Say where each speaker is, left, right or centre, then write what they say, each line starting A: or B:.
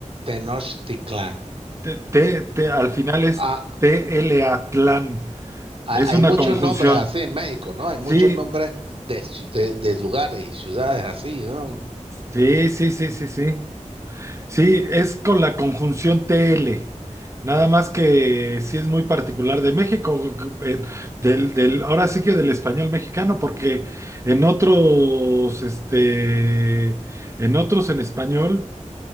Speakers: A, on the right; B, on the right.
A: Tenochtitlán.
B: Te- te- te- al final es
A: Ah,
B: TLA-tlán,
A: hay
B: es una
A: muchos
B: conjunción.
A: nombres así en México, ¿no? Hay muchos
B: Sí,
A: nombres de, ci- de- de lugares y ciudades así, ¿no?
B: sí, sí, sí, sí, sí. Sí, es con la conjunción TL. Nada más que sí es muy particular de México, eh, del, del, ahora sí que del español mexicano, porque en otros, este, en otros en español,